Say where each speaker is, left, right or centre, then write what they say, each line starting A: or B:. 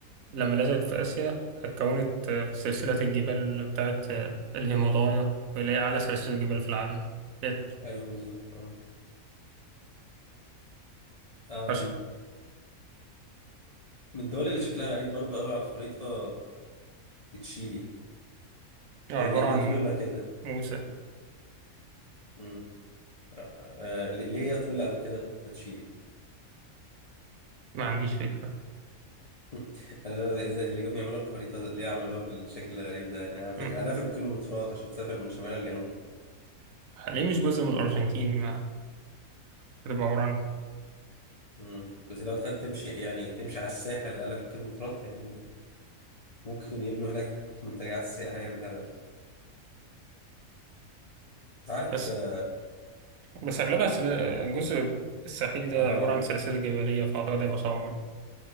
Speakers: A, on the right; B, on the left.
A: لما لزقت في آسيا اتكونت آه، سلسلة الجبال بتاعت آه، الهيمالايا واللي هي أعلى سلسلة جبال في العالم كانت
B: أيوه بالظبط أه
A: عش-
B: من الدول اللي شكلها غريب برضو قوي على الخريطة تشيلي
A: عبارة
B: هي ليه, ليه
A: عن
B: طويلة كده
A: موسى
B: امم آه آه، ليه هي طويلة قوي كده تشيلي
A: ما عنديش فكرة
B: <laughs> انا لا- لا إزاي اللي جم يعملوا الخريطة ليه عملوها بالشكل الغريب ده يعني على فكرة
A: مم.
B: آلاف الكيلومترات عشان تسافر من شمال لجنوب
A: ليه مش جزء من الأرجنتين ما تبقى عبارة عن
B: امم بس لو تخيل تمشي يعني تمشي على الساحل آلاف الكيلومترات يعني ممكن يبنوا هناك منتجعات سياحية بالهبل تعرف
A: بس
B: اه,
A: بس أغلبها سل... الجزء الساحلي ده
B: آه.
A: عبارة عن سلاسل جبلية فأعتقد هيبقى صعب